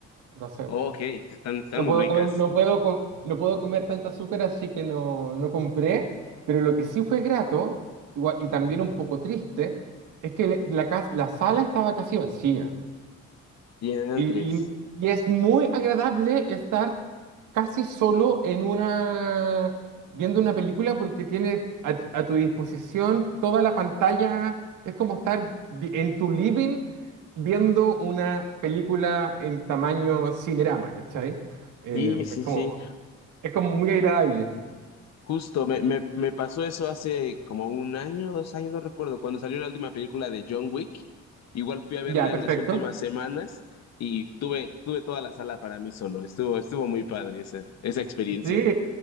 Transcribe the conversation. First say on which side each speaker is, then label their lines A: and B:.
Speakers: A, on the right; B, on the left.
A: entonces
B: ok, están, están
A: no
B: muy
A: puedo
B: ricas.
A: comer, no puedo, com- no puedo comer tanta azúcar, así que no, no compré, pero lo que sí fue grato, igual- y también un poco triste, es que le- la, cas- la sala estaba casi vacía.
B: Diantres.
A: Y, y- y es muy agradable estar casi solo en una, viendo una película porque tienes a, a tu disposición toda la pantalla. Es como estar vi- en tu living viendo una película en tamaño Cinerama, ¿cachai? Eh,
B: Sí, sí,
A: es como,
B: sí.
A: es como muy agradable.
B: Justo, me, me, me pasó eso hace como un año, dos años, no recuerdo, cuando salió la última película de John Wick. Igual fui a verla
A: Ya, perfecto.
B: en las últimas semanas y tuve, tuve toda la sala para mí solo. Estuvo, estuvo muy padre esa, esa experiencia.
A: Sí,